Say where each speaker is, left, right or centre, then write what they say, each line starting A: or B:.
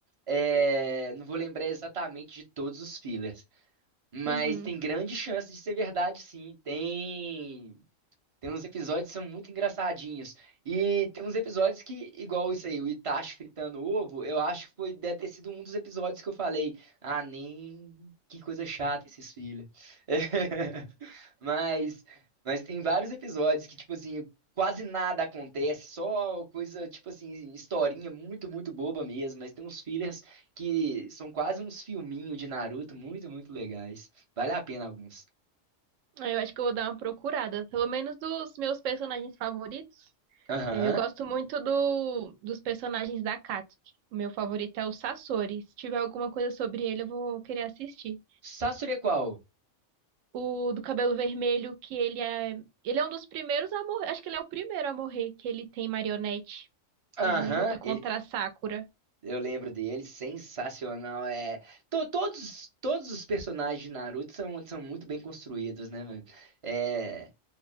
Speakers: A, on the right; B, on the right.
A: É, não vou lembrar exatamente de todos os fillers, mas
B: Uhum.
A: tem grande chance de ser verdade, sim. Tem tem uns episódios que são muito engraçadinhos. E tem uns episódios que, igual isso aí, o Itachi fritando ovo, eu acho que foi, deve ter sido um dos episódios que eu falei, ah, nem que coisa chata esses filhos. <laughs> Mas, mas tem vários episódios que, tipo assim, quase nada acontece, só coisa, tipo assim, historinha muito, muito boba mesmo. Mas tem uns fillers que são quase uns filminhos de Naruto, muito, muito legais. Vale a pena alguns.
B: Ah, Eu acho que eu vou dar uma procurada, pelo menos dos meus personagens favoritos.
A: Aham.
B: É, Eu gosto muito do, dos personagens da Katsuki. O meu favorito é o Sasori. Se tiver alguma coisa sobre ele, eu vou querer assistir.
A: Sasure qual?
B: O do cabelo vermelho, que ele é. Ele é um dos primeiros a morrer. Acho que ele é o primeiro a morrer, que ele tem marionete.
A: Aham,
B: Ele luta contra
A: ele-
B: a Sakura.
A: eu lembro dele, sensacional. É, to- todos, todos os personagens de Naruto são, são muito bem construídos, né, mano? É,